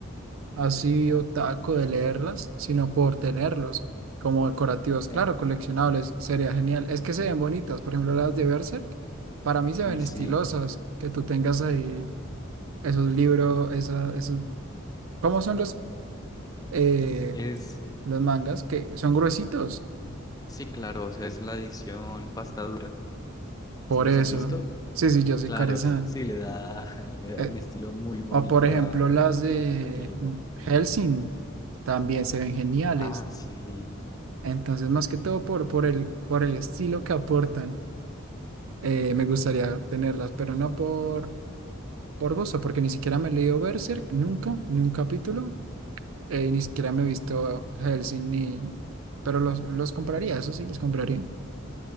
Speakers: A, on the right (about 75°); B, on the left (about 20°).
A: así otaku de leerlas, sino por tenerlos como decorativos.
B: Eh.
A: Claro, coleccionables, sería genial. Es que se ven bonitas,
B: El-
A: por ejemplo, las de Berserk, para mí se
B: Uy,
A: ven
B: sí,
A: estilosas, que tú tengas ahí esos libros, esa, esos... ¿Cómo son los, eh,
B: es,
A: los mangas? Que son gruesitos,
B: sí, claro, o sea, es la edición pasta dura.
A: por
B: ¿Sí las
A: eso.
B: has visto?
A: Sí, sí, yo soy
B: Claro,
A: carezán.
B: sí, sí, le da, <laughs> le da
A: Eh,
B: un estilo muy bonito
A: o por ejemplo,
B: a,
A: las de
B: a cualquier lugar.
A: Helsing, también se ven geniales.
B: Ah, sí.
A: Entonces, más que todo por, por el, por el estilo que aportan. eh, me gustaría tenerlas, pero no por, por gozo, porque ni siquiera me he leído Berserk, nunca, ni un capítulo, eh, y ni siquiera me he visto Hellsing, ni... pero los, los compraría, eso sí, los compraría.